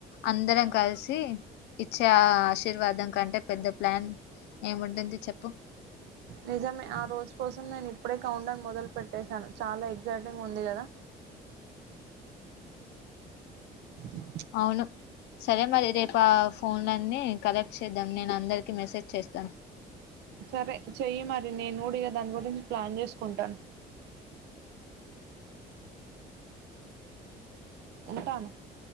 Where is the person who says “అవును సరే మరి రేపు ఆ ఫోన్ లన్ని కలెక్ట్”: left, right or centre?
Left